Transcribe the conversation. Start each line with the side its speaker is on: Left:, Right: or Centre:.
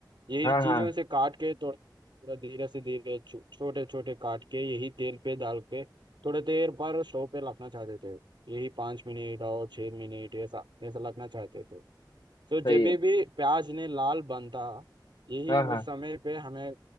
Right: यही
Left: हाँ
Right: चीजों
Left: हाँ
Right: से काट के थोड़ा थोड़ा धीरे से धीरे छो- छोटे छोटे काट के यही तेल पे डाल के थोड़े देर पर स्टोव पे रखना चाहते थे यही पाँच मिनट और छह मिनट ऐसा ऐसा रखना चाहते थे तो
Left: सही
Right: जब
Left: है
Right: भी प्याज ने लाल बनता यही
Left: हाँ
Right: उस
Left: हाँ
Right: समय पे हमें